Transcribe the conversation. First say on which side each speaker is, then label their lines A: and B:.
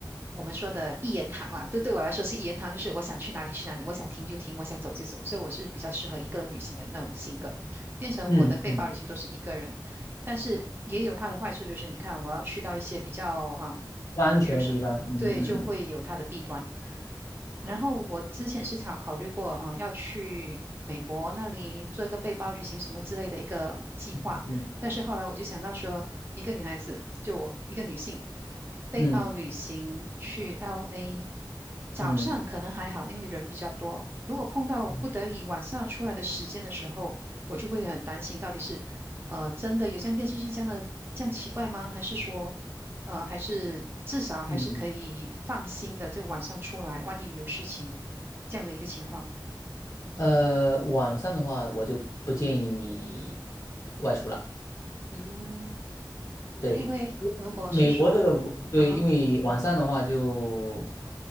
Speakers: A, on the right; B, on the left.
A: 我们说的一言堂啦。这对我来说是一言堂，就是我想去哪里去哪里，我想停就停，我想走就走。所以我是比较适合一个人旅行的那种性格，变成我的背包旅行都是一个人。
B: 嗯嗯，
A: 但是也有它的坏处，就是你看，我要去到一些比较嗯。
B: 不安全的地方，
A: 比如说。
B: 嗯嗯
A: 对，就会有它的弊端。然后我之前是考考虑过，啊、呃要去美国那里做一个背包旅行什么之类的一个计划，
B: 嗯嗯
A: 但是后来我就想到说，一个女孩子，就我一个女性，背包旅行去
B: 嗯嗯。
A: LA，早上可能还好，
B: 嗯
A: 因为人比较多。如果碰到不得已晚上出来的时间的时候，
B: 嗯，
A: 我就会很担心，到底是呃真的有像电视剧这样的这样奇怪吗？还是说？呃，还是至少还是可以放心的，
B: 嗯
A: 就晚上出来，万一有事情这样的一个情况。
B: 呃，晚上的话，我就不建议你外出了。
A: 嗯，
B: 对，
A: 因为如果是说，
B: 美国这个我对，
A: 啊哈，
B: 因为晚上的话就，